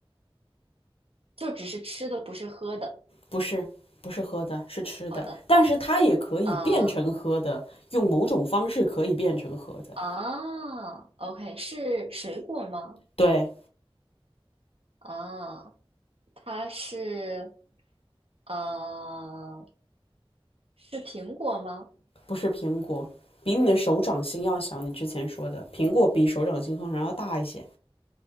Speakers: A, on the right; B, on the left.
A: 就只是吃的，不是喝的。
B: 不是，不是喝的，是吃的，
A: 好的，
B: 但是它也可以变成喝的，
A: 啊、
B: 用某种方式可以变成喝的，
A: 啊，OK，是水果吗？
B: 对，
A: 啊，它是，呃，是苹果吗？
B: 不是苹果，比你的手掌心要小，你之前说的，苹果比手掌心通常要大一些，